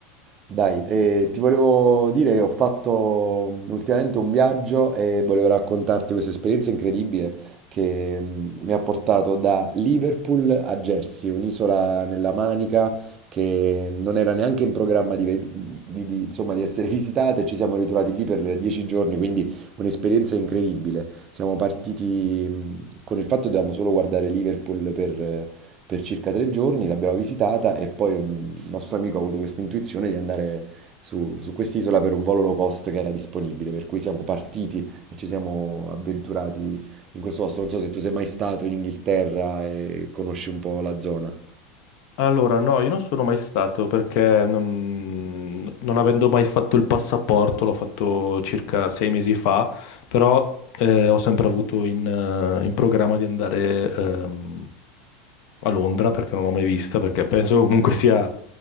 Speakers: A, on the right; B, on the left.
A: Dai, eh, ti volevo dire che ho fatto mm, ultimamente un viaggio e volevo raccontarti questa esperienza incredibile che mm, mi ha portato da Liverpool a Jersey, un'isola nella Manica che non era neanche in programma di, ved- di- di- insomma, di essere <laughs> visitata e ci siamo ritrovati lì per dieci giorni, quindi un'esperienza incredibile. Siamo partiti mm, con il fatto che dovevamo solo guardare Liverpool per... eh, per circa tre giorni, l'abbiamo visitata e poi un nostro amico ha avuto questa intuizione di andare su, su quest'isola per un volo low cost che era disponibile, per cui siamo partiti e ci siamo avventurati in questo posto. Non so se tu sei mai stato in Inghilterra e conosci un po' la zona.
B: Allora, no, io non sono mai stato perché non, non avendo mai fatto il passaporto, l'ho fatto circa sei mesi fa, però eh, ho sempre avuto in, eh, in programma di andare, ehm, a Londra perché non l'ho mai vista, perché penso che comunque sia